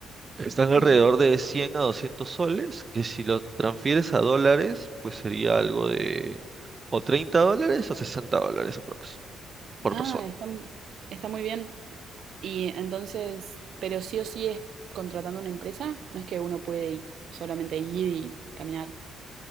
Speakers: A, on the right; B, on the right.
A: Están alrededor
B: Ujú.
A: de 100 a 200 soles, que si lo transfieres a dólares, pues sería algo de o 30 dólares o 60 dólares aprox por
B: Ah,
A: persona.
B: está, mu- está muy bien. Y entonces, pero sí o sí es contratando una empresa, no es que uno puede i- solamente ir y caminar.